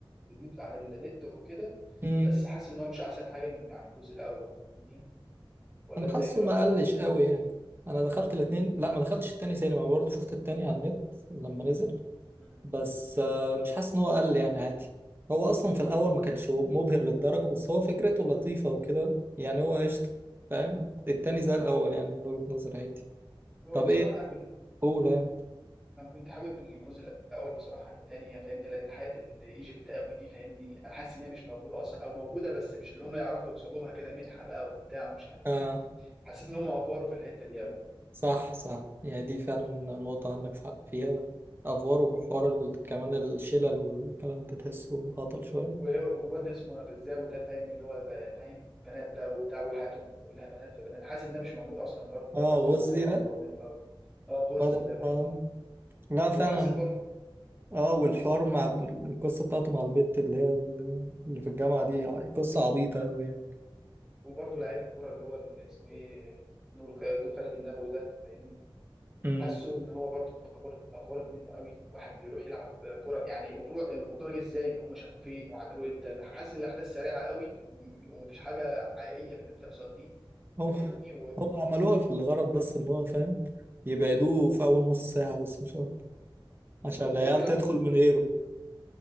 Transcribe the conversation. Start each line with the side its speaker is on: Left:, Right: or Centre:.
Centre: اليوت على النت وكده
Right: امم
Centre: بس حاسس ان هو مش احسن حاجه من يعني الجزء الاول فاهمني ولا
Right: انا
Centre: انت
Right: حاسه
Centre: ايه رايك؟
Right: ما قلش قوي يعني انا دخلت الاتنين لا ما دخلتش التاني سينما برضه شفت التاني على النت لما نزل
Centre: مم.
Right: بس
Centre: مم.
Right: آه، مش حاسس ان هو قل يعني عادي هو اصلا في الاول ما كانش مبهر للدرجة بس هو فكرته لطيفة وكده يعني هو قشطة فاهم التاني زي الاول يعني من وجهة نظري عادي
Centre: هو
Right: طب
Centre: بصراحه
Right: ايه
Centre: انا كنت
Right: قول
Centre: انا كنت حابب الجزء الاول بصراحه عن التاني فاهمني لان حياه الايجيبت قوي دي فاهمني انا حاسس ان هي مش موجوده اصلا او موجوده بس مش اللي هم يعرفوا يوصلوا لها كده منحه بقى وبتاع ومش عارف
Right: اه
Centre: ايه حسيت ان هم افوروا في الحته دي قوي
Right: صح صح يعني دي فعلا النقطة عندك حق فيها أفوار وحوار ال- كمان الشلل والكلام ده تحسه هطل شوية
Centre: والواد اسمه غزاوي ده فاهم اللي هو بقى فاهم بنات بقى وبتاع وحياتهم كلها بنات في بنات حاسس ان ده مش موجود اصلا في ارض الواقع
Right: اه
Centre: فالموضوع
Right: غزي ده
Centre: افور منهم قوي اه غزي
Right: بدل
Centre: ده فاهمني
Right: اه لا
Centre: وحسيت
Right: فعلا
Centre: برضه
Right: اه
Centre: مم.
Right: والحوار مع ال- القصة بتاعته مع البت اللي هي ال- اللي في الجامعة
Centre: مم.
Right: دي ع- قصة عبيطة أوي يعني
Centre: وبرضه لعيب الكوره اللي هو اللي اسمه ايه نور خ- نور خالد النبوي ده فاهمني
Right: أمم.
Centre: حاسه ان هو برضه افورت افورت منه قوي واحد بيروح يلعب كوره يعني المفروض الموضوع جه ازاي ان هم شافوه فين وعملوه امتى حاسس ان الاحداث سريعه قوي وم- ومفيش حاجه حقيقيه من اللي بتحصل فيه
Right: هو
Centre: فاهمني
Right: هو عملوها في الغرض بس إن هو فاهم يبعدوه في أول نص ساعة بس مش أكتر
Centre: بز-
Right: عشان العيال
Centre: وغير كده
Right: تدخل
Centre: برضه
Right: من غيره